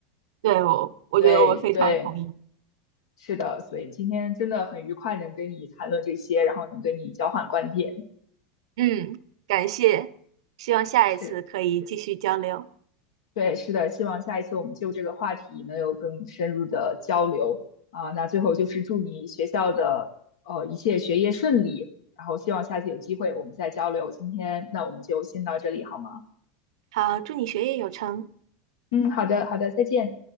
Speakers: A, on the right; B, on the left.
A: 对，我我觉得我非常同意。
B: 对对。是的，所以今天真的很愉快，能跟你谈论这些，然后能跟你交换观点。
A: 嗯，感谢，希望下一次可以继续交流。
B: 是，对，是的，希望下一次我们就这个话题能有更深入的交流啊、那最后就是祝你学校的呃一切学业顺利，然后希望下次有机会我们再交流。今天那我们就先到这里好吗？
A: 好，祝你学业有成。
B: 嗯，好的，好的，再见。